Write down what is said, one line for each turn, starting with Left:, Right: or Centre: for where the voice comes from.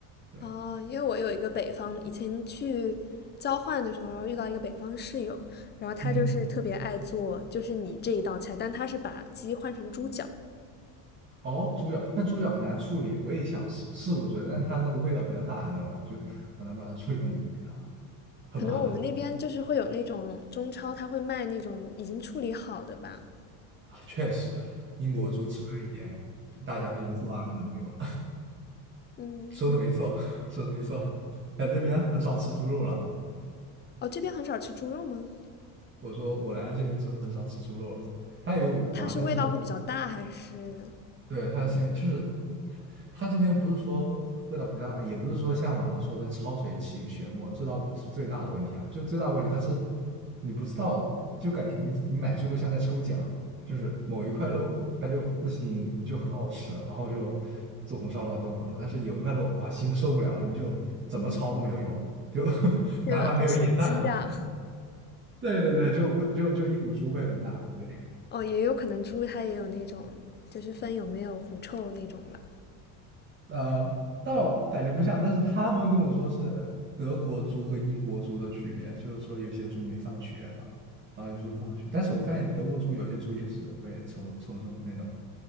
Right: 对，
Left: 哦？因为我有一个北方，以前去交换的时候遇到一个北方室友，然后他就是特别爱做，
Right: 嗯，
Left: 就是你这一道菜，但他是把鸡换成猪脚。
Right: 哦，猪脚，但猪脚很难处理，我也想试试过猪脚，但是它那个味道比较大，你知道吗？就很难把它处理的没味道，很麻烦。
Left: 可能我们那边就是会有那种中超，
Right: 对
Left: 他会卖那种已经处理好的吧？
Right: 啊，确实，英国猪吃不来一点，
Left: 对，
Right: 大家都有所耳闻，对吧？
Left: 嗯，
Right: <laughs> 说的没错，<laughs> 说的没错，在这边很少吃猪肉了。
Left: 哦，这边很少吃猪肉吗？
Right: 我说我来了这边之后很少吃猪肉了，它也有五花，
Left: 它是味道会比较大还是？
Right: 但是对，它的行就是它这边不是说味道比较大，也不是说像网上说的焯水起血沫，这倒不是最大的问题啊。就最大的问题，它是你不知道，就感觉你你买猪肉像在抽奖，就是某一块肉它就不腥，就很好吃，然后就做红烧肉啊都很好，但是有一块肉啊腥的受不了了，你就怎么焯都没有用，就 <laughs>
Left: 天呐，
Right: 拿它没有一点办法那种。
Left: 好随机呀、
Right: 对对对，就味就就一股猪味很大，对。
Left: 哦，也有可能猪它也有那种，就是分有没有狐臭那种吧。
Right: 呃，倒感觉不像，但是他们跟我说是德国猪和英国猪的区别，就是说有些猪没上学嘛，然后有时候放了学，但是我发现德国猪有些猪也是会抽抽中那种